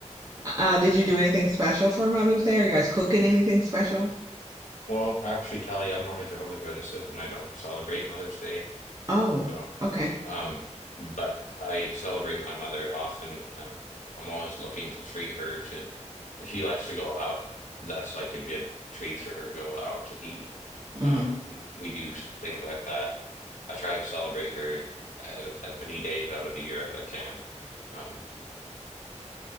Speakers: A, on the right; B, on the left.
A: Uh, did you do anything special for Mother's Day? Are you guys cooking anything special?
B: Well, actually, Kelly, I'm one of Jehovah's Witnesses, and I don't celebrate Mother's Day.
A: Oh,
B: so.
A: okay.
B: Um, but I celebrate my mother often. Um, I'm always looking to treat her to, if she likes to go out, that's like a good treat for her go out to eat.
A: hmm
B: Um, we do things like that. I try to celebrate her as, as many days out of the year as I can. Um,